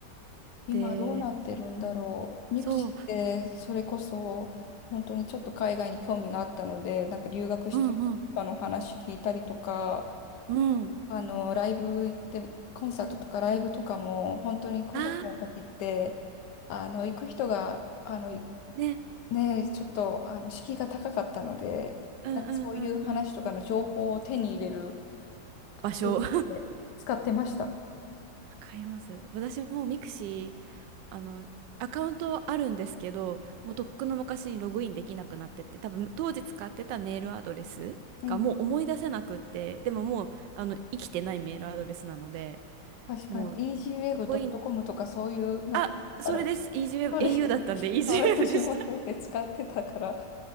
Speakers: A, on the left; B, on the right.
A: 今どうなってるんだろう。
B: で、
A: ミクシィってそれこそ本当にちょっと海外に興味があったので、
B: そう、
A: なんか留学してる人とかの話聞いたりとか、
B: うんうん、うん。
A: あの、ライブ行って、コンサートとかライブとかも本当に高校生の時って、
B: あー、
A: あの、行く人が、あの、い
B: ね。
A: ねえ、ちょっとあの敷居が高かったので、
B: うんうんうんうん。
A: なんかそういう話とかの情報を手に入れる
B: 場所。
A: ツールとして使ってました。
B: <laughs> わかります。私もミクシー、あの、アカウントあるんですけど、もうとっくの昔にログインできなくなってて、多分当時使ってたメールアドレスがもう思い出せなくって、
A: うん。
B: でももう、あの、生きてないメールアドレスなので、
A: 確かに、
B: もう、
A: easyweb.com
B: ログイン、
A: とかそういう、なんか、
B: あ、それです。
A: あの、
B: e ー s y w
A: そうです。
B: e b
A: <laughs>
B: au だったんで EasyWeb
A: 私もそうで使ってたから、
B: でした。